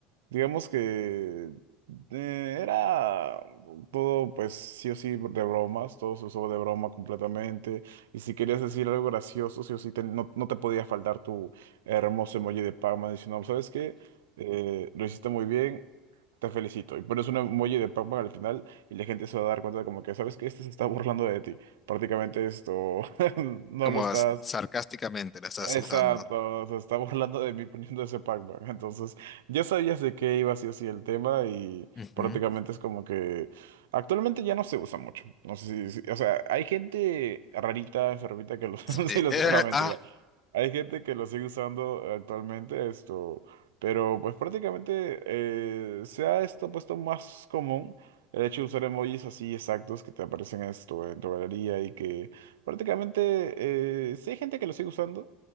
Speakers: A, on the right (about 90°); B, on the left (about 25°).
A: Digamos que eh, era todo, pues sí o sí, de bromas, todo se usó de broma completamente. Y si querías decir algo gracioso, sí o sí, te- no, no te podía faltar tu hermoso emoji de Pac-Man diciendo, ¿sabes qué? Eh, lo hiciste muy bien, te felicito. Y pones un emoji de Pac-Man al final y la gente se va a dar cuenta de como que, ¿sabes qué? Este se está <laughs> burlando de ti. Prácticamente esto <laughs> no
B: Como
A: lo estás
B: s- sarcásticamente la estás
A: Exacto,
B: usando.
A: se está burlando de mí poniendo ese Pac-Man. Entonces, ya sabías de qué iba así así el tema y
B: Ujú.
A: prácticamente es como que actualmente ya no se usa mucho. No sé si, si- o sea, hay gente rarita, enfermita que lo, <laughs>
B: Sí,
A: sí lo
B: eh,
A: usa. no, mentira.
B: ah,
A: Hay gente que lo sigue usando actualmente esto, pero pues prácticamente eh, se ha esto puesto más común el hecho de usar emojis así exactos que te aparecen esto en tu galería y que prácticamente eh, sí hay gente que lo sigue usando.